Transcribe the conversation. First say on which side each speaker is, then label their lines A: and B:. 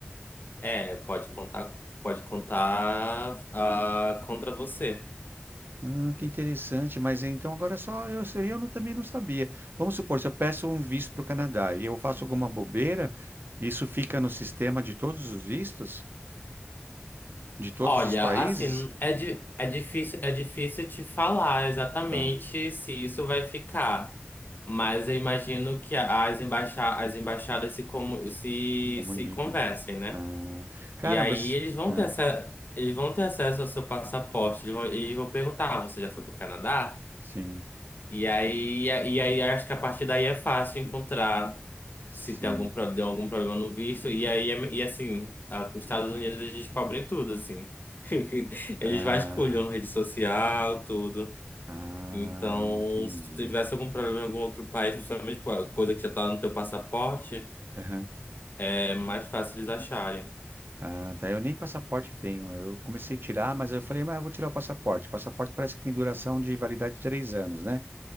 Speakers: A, on the left (about 55°); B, on the right (about 60°).
A: É, pode contar, pode contar ah, contra você.
B: Ah, que interessante, mas então agora só eu, se eu não- também não sabia. Vamos supor, se eu peço um visto para o Canadá e eu faço alguma bobeira, isso fica no sistema de todos os vistos? De todos
A: Olha,
B: os países?
A: assim, é, di é difícil, é difícil te falar exatamente
B: Tá,
A: se isso vai ficar, mas eu imagino que as, embaixa as embaixadas se, como se,
B: comunico.
A: se conversem, né?
B: Ah, cara,
A: E aí
B: você.
A: eles vão
B: Ah,
A: ter essa, eles vão ter acesso ao seu passaporte, eles vão, eles vão perguntar, "Ah, você já foi para o Canadá?
B: sim,
A: E aí, e aí acho que a partir daí é fácil encontrar
B: sim.
A: se tem algum problema, deu algum problema no visto. E aí, é- e assim, a- os Estados Unidos eles descobrem tudo, assim. <laughs> Eles
B: Ah,
A: vasculham rede social, tudo.
B: ah,
A: Então,
B: entendi.
A: se tu tivesse algum problema em algum outro país, principalmente com a coisa que já tá no teu passaporte,
B: Aham.
A: é mais fácil eles acharem.
B: Ah, tá. Eu nem passaporte tenho. Eu comecei a tirar, mas eu falei, mas eu vou tirar o passaporte. Passaporte parece que tem duração de validade de três anos, né?